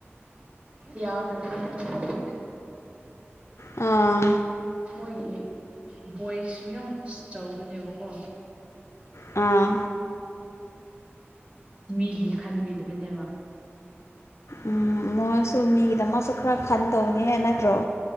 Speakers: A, on the right; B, on the left.
A: ꯌꯥꯗꯅꯦ <unintelligible>
B: ꯑꯥ
A: ꯃꯣꯏꯒꯤ ꯚꯣꯏꯁꯁꯨ ꯌꯥꯝ ꯆꯥꯎꯧꯕꯅꯦꯕꯀꯣ
B: ꯑꯥ
A: ꯃꯤꯒꯤ ꯈꯟꯕꯤꯗꯕꯅꯦꯕ
B: ꯎꯝ ꯃꯣꯏꯁꯨ ꯃꯤꯒꯤꯗꯃꯛꯁꯨ ꯈꯔ ꯈꯟ ꯇꯧꯅꯤꯍꯦ ꯅꯠꯇ꯭ꯔꯣ